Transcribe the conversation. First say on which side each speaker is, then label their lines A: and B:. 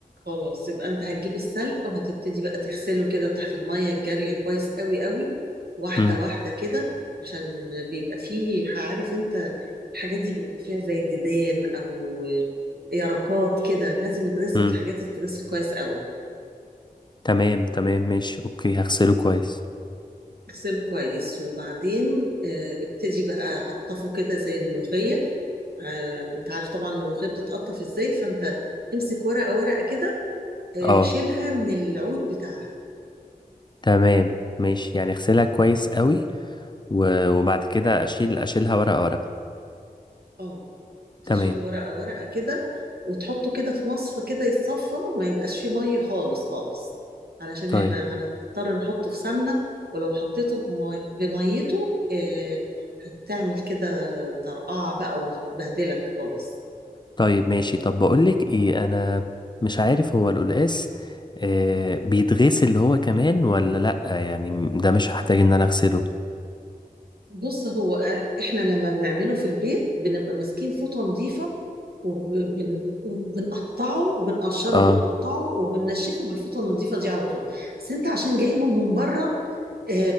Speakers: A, on the right; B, on the left.
A: خلاص يبقى أنت هتجيب السلق وهتبتدي بقى تغسله كده تحت المية الجارية كويس قوي قوي واحدة
B: هم
A: واحدة كده عشان بيبقى فيه عارف أنت الحاجات دي بيبقى فيها زي الديدان أو يرقات كده لازم يتغسل
B: هم
A: الحاجات دي تتغسل كويس قوي
B: تمام تمام ماشي اوكي هغسله كويس
A: اغسله كويس وبعدين آه، ابتدي بقى قطفه كده زي الملوخية آه، انت عارف طبعا الملوخية بتتقطف ازاي فانت امسك ورقة ورقة كده آه،
B: اه
A: شيلها من العود بتاعها
B: تمام ماشي يعني اغسلها كويس قوي و- وبعد كده اشيل اشيلها ورقة ورقة
A: اه تشيل
B: تمام
A: ورقة ورقة كده وتحطه كده في مصفى كده يتصفى وما يبقاش فيه مية خالص خالص علشان
B: طيب
A: احنا هنضطر نحطه في سمنة ولو حطيته بمي- بميته آه، هتعمل كده طرقعة بقى وتبهدلك خالص
B: طيب ماشي طب بقولك ايه انا مش عارف هو القلقاس آه بيتغسل هو كمان ولا لأ يعني م- ده مش هحتاج ان انا اغسله
A: بص هو أه- احنا لما بنعمله في البيت بنبقى ماسكين فوطة نظيفة وبن- وبنقطعه وبنقشره
B: اه
A: وبنقطعه وبننشفه بالفوطة النظيفة دي على طول بس انت عشان جايبه من بره آه